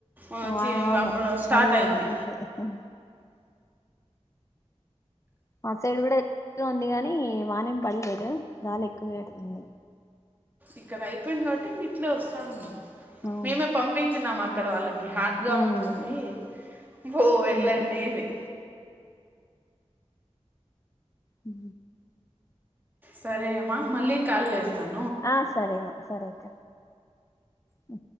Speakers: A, on the right (about 15°); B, on the left (about 25°).
A: ఆ
B: వా
A: చి
B: అవును
A: అప్పుడు స్టార్ట్
B: చల్లగా
A: అయింది
B: ఉంది మా సైడ్ కూడ ఎ ఉంది గాని ఈ వానేం పడ్లేదు గాలి ఎక్కువ వెడుతుంది
A: ఇక్కడ అయిపోయింది కాబట్టి ఇంగ ఇట్లే వస్తాంది
B: అవునా
A: మేమే పంపించినామ్ అక్కడ వాళ్ళకి హాట్గా
B: ఉమ్
A: ఉంటుంది బో వెళ్ళండి
B: ఉమ్
A: అని
B: ఉ
A: సరే అమా మళ్ళీ కాల్ చేస్త
B: ఆ సరే ము సరే అక్క హు